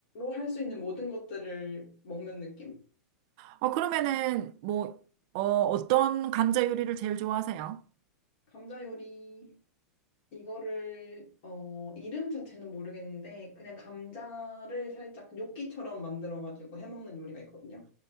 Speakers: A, on the left; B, on the right.
A: 할 수 있는 모든 것들을 먹는 느낌?
B: 어, 그러면은, 뭐, 어, 어떤 감자 요리를 제일 좋아하세요?
A: 감자 요리, 이거를, 어, 이름 자체는 모르겠는데, 그냥 감자를 살짝 요끼처럼 만들어가지고 해먹는 요리가 있거든요.